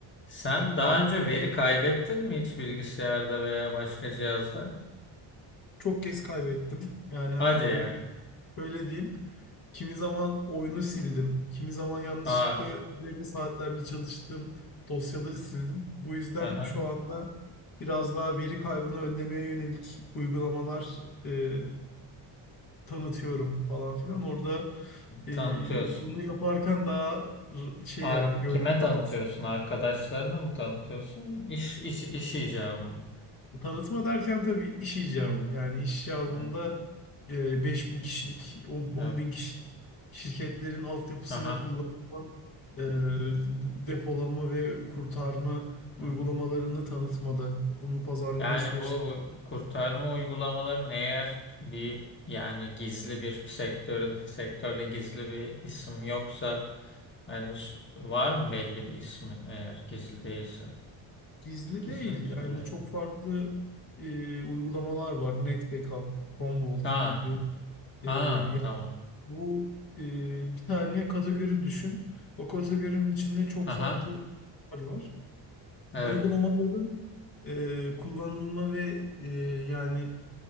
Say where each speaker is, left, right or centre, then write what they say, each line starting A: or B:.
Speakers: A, on the left (about 25°); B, on the left (about 45°).
A: Sen daha önce veri kaybettin mi hiç bilgisayarda veya başka cihazda?
B: Çok kez kaybettim. Yani
A: Hadi
B: bö-
A: ya.
B: böyle diyeyim. Kimi zaman oyunu sildim. Kimi zaman yanlışlıkla
A: Aa,
B: üzerine saatlerle çalıştığım dosyaları sildim. Bu yüzden
A: aha.
B: şu anda biraz daha veri kaybını önlemeye yönelik uygulamalar e, tanıtıyorum falan filan. Orada e,
A: Tanıtıyorsun.
B: bunu yaparken daha r- şey
A: Ar
B: yani gönlüm
A: kime tanıtıyorsun?
B: rahat
A: Arkadaşlarına mı tanıtıyorsun? İş, iş, iş icabı mı?
B: Tanıtma derken tabii iş icabı.
A: Evet,
B: Yani iş icabında
A: evet,
B: e, beş
A: evet,
B: bin kişilik, 10
A: evet.
B: bin kişilik şirketlerin altyapısına
A: Aha.
B: kullanılan e, depolama ve kurtarma uygulamalarını
A: evet.
B: tanıtmada, onu pazarlama
A: Yani
B: süreçleri
A: bu kurtarma uygulamaları ne yer bir yani gizli bir sektör sektörde gizli bir isim yoksa yani s- var mı belli bir ismi eğer gizli değilse?
B: gizli
A: Gizli
B: değil.
A: mi tutuluyor?
B: Yani çok farklı e, uygulamalar var. NetBackup, Commvault
A: Ha,
B: gibi. E,
A: ha,
B: ya
A: tamam.
B: bu e, bir tane kategori düşün. O kategorinin içinde çok
A: Haha,
B: farklı uygulamalar var. Bu
A: evet.
B: uygulamaların e, kullanılma ve e, yani